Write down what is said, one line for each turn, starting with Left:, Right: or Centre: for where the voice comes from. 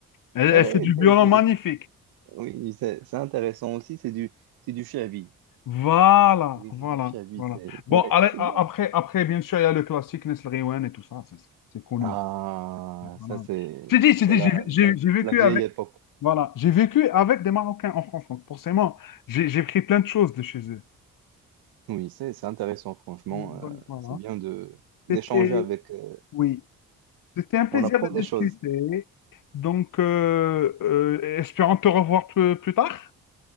Left: Elle,
Right: Eh,
Left: elle fait du violon
Right: Daoudi,
Left: magnifique.
Right: oui, c'est c'est intéressant aussi. C'est du, c'est du shabi.
Left: Voilà,
Right: Oui,
Left: voilà,
Right: c'est du shabi.
Left: voilà.
Right: C'est
Left: Bon,
Right: ouais,
Left: allez,
Right: c'est
Left: a-
Right: bien.
Left: après, après, bien sûr, il y a le classique Nesl Rewen et tout ça. C'est c'est connu.
Right: Ah,
Left: Voilà.
Right: ça, c'est
Left: Je dit, je
Right: c'est
Left: dit,
Right: la,
Left: j'ai j'ai-
Right: la,
Left: j'ai vécu
Right: la vieille
Left: avec.
Right: époque.
Left: Voilà, j'ai vécu avec des Marocains en France, donc forcément, j'ai j'ai pris plein de choses de chez eux.
Right: Oui, c'est c'est intéressant, franchement.
Left: Donc
Right: euh,
Left: voilà,
Right: c'est bien de d'échanger
Left: c'était,
Right: avec. euh,
Left: oui, c'était un plaisir
Right: on apprend
Left: de
Right: des
Left: discuter.
Right: choses.
Left: Donc, euh, euh, espérons te revoir plus, plus tard.